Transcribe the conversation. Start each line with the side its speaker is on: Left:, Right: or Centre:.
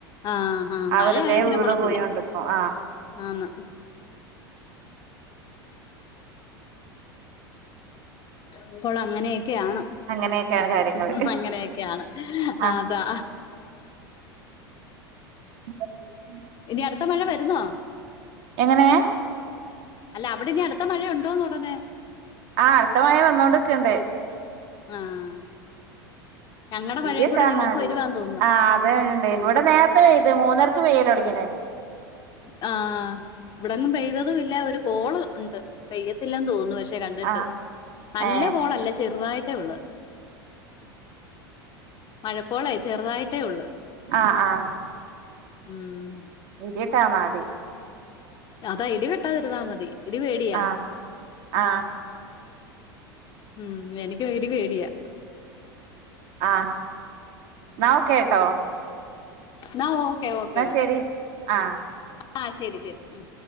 Left: ആഹ് ആഹ്
Right: ആ
Left: മഴആയ
Right: വെറുതെ
Left: പിന്നെ
Right: വീണ്
Left: കൊളത്തില്ല.
Right: പോയോണ്ട്ക്കും ആ
Left: ആന്ന് പ്പോള് അങ്ങനെയൊക്കെയാണ്.
Right: അങ്ങനെയൊക്കെയാണ് കാര്യങ്ങള്
Left: ഉം അങ്ങനെയ യാണ്.
Right: ആ
Left: അതാ.
Right: അ <inaudible>
Left: ഇനി അടുത്ത മഴ വരുന്നോ?
Right: എങ്ങനെ?
Left: അല്ല അവിടെ ഞീ അടുത്ത മഴയുണ്ടോ എന്ന് പറഞ്ഞെ
Right: ആഹ് അടുത്ത മഴ വന്നോണ്ട്ക്ക്ണ്ട്.
Left: ആഹ് ഞങ്ങടെ
Right: ഇടി
Left: മഴയും
Right: വെട്ടാന്നാ
Left: കൂടെ നിങ്ങക്ക്
Right: മതി
Left: വരുവാന്ന് തോന്നുന്നു
Right: ആ അത്ണ്ടേ ഇവടെ നേര്ത്തെ പെയ്ത് മൂന്നരക്ക് പെയ്യലോട്ങ്ങിണ്
Left: ആഹ് ഇവടെങ്ങും പെയ്തതുല്ല ഒരു കോള് ഉണ്ട് പെയ്യത്തില്ലന്ന് തോന്നു പഷ് കണ്ട്ട്ട്
Right: ആ
Left: നല്ല
Right: ഏ
Left: കോളല്ല ചെറ്തായിട്ടേ ഒള്ള് മഴക്കോളേ ചെറ്തായിട്ടേ ഒള്ള്
Right: ആഹ് ആഹ്
Left: ഉം
Right: ഇടി വെട്ടാന്നാ മതി
Left: അതാ ഇടി വെട്ടാതിര്ന്നാ മതി ഇടി പേടിയാ.
Right: ആ ആ
Left: ഉം എനിക്ക് ഇടി പേടിയാ.
Right: ആഹ് ന്നാ ഓക്കെട്ടോ
Left: ന്നാ ഓക്കെ ഓക്കെ ഓക്കെ
Right: ശരി ആ
Left: ആ ശെരി ശെരി ഉം